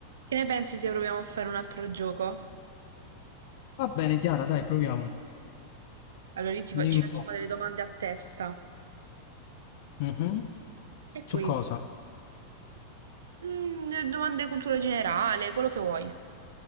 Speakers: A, on the right; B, on the left.
A: Che ne pensi se proviamo a fare un altro gioco?
B: Va bene, Chiara, dai, proviamo.
A: Allora io ti
B: Dimmi
A: fa- ci
B: un
A: facciamo
B: po'.
A: delle domande a testa
B: Mhm.
A: e poi
B: Su cosa?
A: S- mm, domande di cultura generale, quello che vuoi.